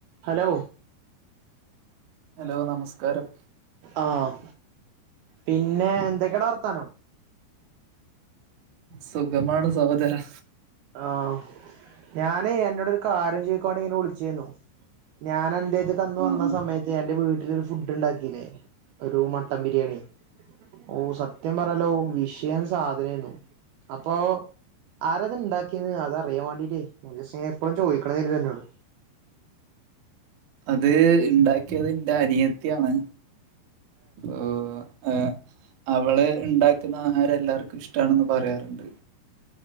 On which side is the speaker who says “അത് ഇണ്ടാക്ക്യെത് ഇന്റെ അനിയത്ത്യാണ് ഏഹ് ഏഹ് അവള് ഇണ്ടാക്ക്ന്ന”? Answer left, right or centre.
Right